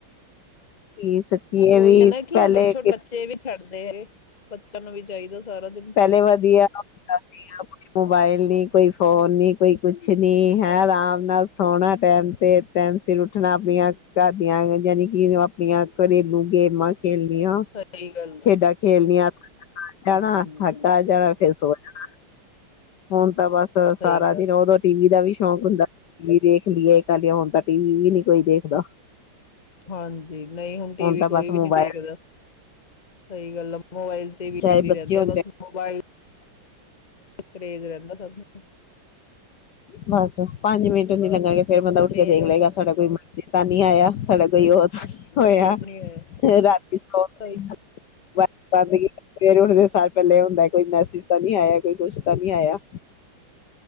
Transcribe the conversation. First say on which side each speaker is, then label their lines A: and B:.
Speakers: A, on the left; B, on the left.
A: ਕਿ ਸੱਚੀ
B: ਉਹੀ
A: ਇਹ ਵੀ
B: ਹੈ ਨਾ ਕਿ
A: ਪਹਿਲੇ
B: ਹੁਣ ਛੋਟੇ -ਛੋਟੇ ਬੱਚੇ ਵੀ ਨੀ ਛੱਡਦੇ ਹੈਗੇ ਬੱਚਿਆਂ ਨੂੰ ਵੀ ਚਾਹੀਦਾ ਸਾਰਾ ਦਿਨ ਫੋਨ
A: ਪਹਿਲੇ ਵਧੀਆ ਹੁੰਦਾ ਸੀ ਗਾ ਕੋਈ ਮੋਬਾਈਲ ਨੀ ਕੋਈ ਫੋਨ ਨੀ। ਕੋਈ ਕੁਛ ਨੀ ਹੈ, ਆਰਾਮ ਨਾਲ ਸੋਣਾ ਟੈਮ ਤੇ, ਟੈਮ ਸਿਰ ਉੱਠਣਾ, ਆਪਣੀਆਂ ਘਰ ਦੀਆਂ ਜਾਣੀ ਕਿ ਆਪਣੀਆਂ ਘਰੇਲੂ ਗੇਮਾਂ ਖੇਲਣੀਆਂ,
B: ਸਹੀ ਗੱਲ
A: ਖੇਡਾਂ ਖੇਲਣੀਆਂ ਬਾਹਰ ਜਾਣਾ
B: ਹਮ
A: ਥੱਕ ਹਾਰ ਜਾਣਾ ਫੇਰ ਸੌ ਜਾਣਾ। ਹਾਂ ਹੁਣ ਤਾਂ ਬਸ
B: ਸਹੀ
A: ਸਾਰਾ
B: ਗੱਲ
A: ਦਿਨ ਉਦੋਂ ਟੀਵੀ ਦਾ ਵੀ ਸ਼ੌਕ ਹੁੰਦਾ ਸੀ ਟੀਵੀ ਦੇਖ ਲਈਏ, ਏਹ ਕ੍ਰ ਲਈਏ ਹੁਣ ਤਾਂ ਟੀਵੀ ਨੀ ਕੋਈ ਦੇਖਦਾ।
B: ਹਾਂਜੀ, ਨਹੀਂ ਹੁਣ ਟੀਵੀ
A: ਤਾਂ
B: ਕੋਈ
A: ਬਸ
B: ਵੀ
A: ਮੋਬਾਇਲ
B: ਨੀ ਦੇਖਦਾ, ਸਹੀ ਗੱਲ ਆ ਮੋਬਾਈਲ ਤੇ ਬਿਜ਼ੀ
A: ਚਾਹੇ ਬੱਚੇ
B: ਰਹਿੰਦੇ
A: ਹੋਣ
B: ਆ
A: ਚਾਹੇ
B: ਬਸ। ਮੋਬਾਈਲ। ਕਰੇਜ਼ ਰਹਿੰਦਾ ਸਭ ਨੂੰ।
A: ਬਸ ਪੰਜ ਮਿੰਟ ਨੀ ਲੱਗਾਏ ਫੇਰ ਬੰਦਾ ਉੱਠ
B: ਮੇਰਾ
A: ਕੇ ਦੇਖ ਲਏਗਾ, ਸਾਡਾ ਕੋਈ ਤਾਂ ਨੀ ਆਇਆ, ਸਾਡਾ ਕੋਈ ਉਹ ਹੋਇਆ
B: ਬਸ ਨੀ ਹੈ
A: ਰਾਤੀ ਸੌਂਦੇ
B: ਸਹੀ
A: ਬੰਦ ਕੀਤਾ ਫਿਰ ਉੱਠਦੇ ਸਾਰ ਪਹਿਲੇ ਏਹ ਹੁੰਦਾ ਕੋਈ ਮੈਸੇਜ ਤਾਂ ਨਹੀਂ ਆਇਆ ਕੋਈ ਕੁਛ ਤਾਂ ਨਹੀਂ ਆਇਆ।